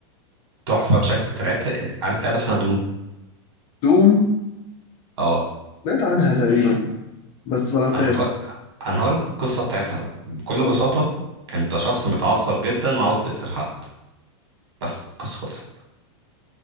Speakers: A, on the right; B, on the left.
A: تحفة بشكل أنت لعبت عارف لعبة اسمها دوم؟
B: دوم
A: أه
B: سمعت عنها تقريبا بس ما لعبتهاش
A: أنا هقول أنا هقول لك القصة بتاعتها بكل
B: طيب،
A: بساطة أنت شخص متعصب جدا وعاوز تقتل حد بس القصة خلصت